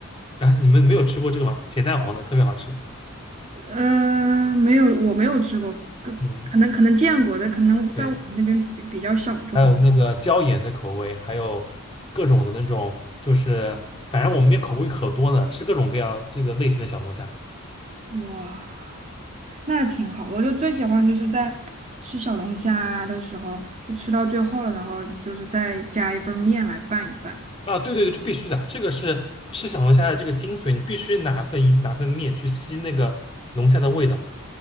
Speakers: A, on the left; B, on the right.
A: 啊，你们没有吃过这个吗？咸蛋黄的特别好吃。
B: 呃，没有，我没有吃过，可可能可能见过的，
A: 嗯，
B: 可能在我们那边比比较小众。
A: 对，还有那个椒盐的口味，还有各种的那种，就是反正我们那边口味可多呢，吃各种各样这个类型的小龙虾。
B: 哇，那挺好。我就最喜欢就是在吃小龙虾的时候，就吃到最后了，然后就是再加一份面来拌一拌。
A: 啊，对对对，这必须的，这个是吃小龙虾的这个精髓，你必须拿份拿份面去吸那个龙虾的味道。